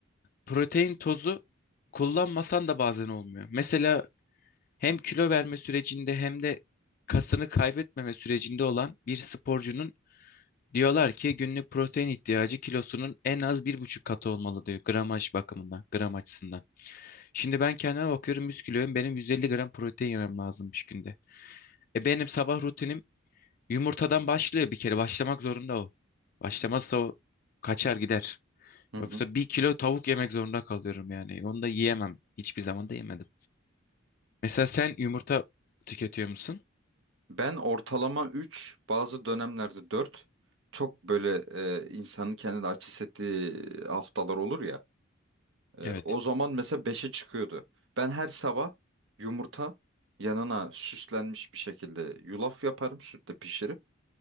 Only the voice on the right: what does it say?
Hı hı.
Ben ortalama 3, bazı dönemlerde dört Çok böyle e, insanın kendini aç hissettiği haftalar olur ya. E,
o zaman mesela beşe çıkıyordu. Ben her sabah yumurta yanına süslenmiş bir şekilde yulaf yaparım, sütle pişirip.